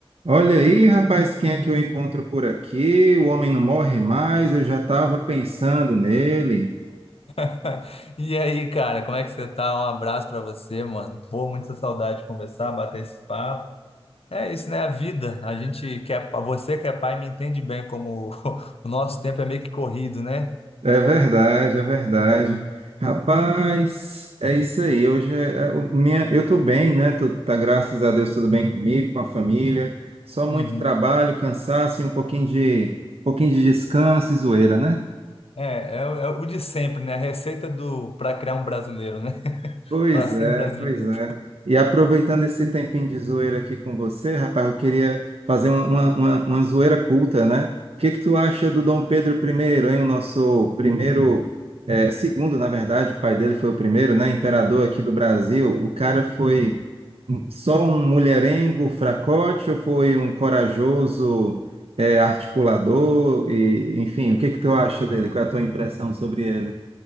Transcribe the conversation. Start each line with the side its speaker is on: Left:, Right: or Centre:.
Right: Olha aí, rapaz, quem é que eu encontro por aqui? O homem não morre mais, eu já estava pensando nele.
Left: <laughs> E aí, cara, como é que você tá? Um abraço pra você, mano. Pô, muita saudade de conversar, bater esse papo. É isso, né? A vida. A gente que é, você que é pai me entende bem como <laughs> o nosso tempo é meio que corrido, né?
Right: É verdade, é verdade. Rapaz, é isso aí. Hoje é, é o- minha, eu tô bem, né? Tô, tá, graças a Deus, tudo bem comigo, com a família. Só muito
Left: Uhum.
Right: trabalho, cansaço e um pouquinho de, um pouquinho de descanso e zoeira, né?
Left: É, é, o é o de sempre, né? A receita do para criar um brasileiro, né? <laughs>
Right: Pois
Left: Para ser
Right: é,
Left: brasileiro.
Right: pois é. E aproveitando esse tempinho de zoeira aqui com você, rapaz, eu queria fazer uma, uma, uma- uma zoeira culta, né? O que que tu acha do Dom Pedro I, hein? O nosso primeiro, é, segundo, na verdade, o pai dele foi o primeiro, né? Imperador aqui do Brasil. O cara foi só um mulherengo fracote ou foi um corajoso, é, articulador? E, enfim, o que que tu acha dele? Qual é a tua impressão sobre ele?